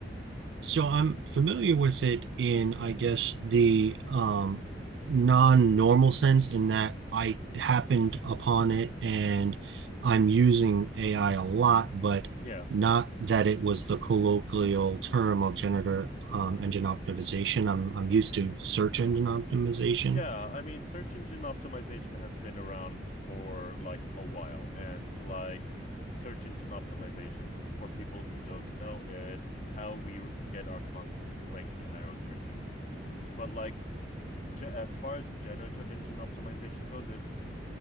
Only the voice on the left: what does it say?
Yeah.
Yeah, I mean, search engine optimization has been around for like a while, and like search engine optimization for people who don't know, it's how we r- get our content ranking higher on search engines. But like ge- as far as generative engine optimization goes, it's